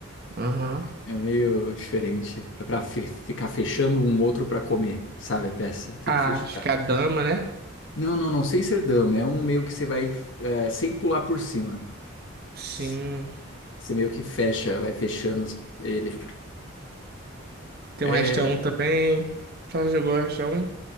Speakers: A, on the right; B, on the left.
A: Aham.
B: É meio diferente. É pra fe- ficar fechando um outro pra comer, sabe? A peça. Tem
A: Ah,
B: que fechar.
A: acho que a dama, né?
B: Não, não, não. Sem ser dama. É um meio que você
A: Sim.
B: vai é, sem pular por cima.
A: Sim.
B: S- Você meio que fecha, vai fechando as- ele.
A: Tem
B: É.
A: um Resta um também. Já jogou o Resta um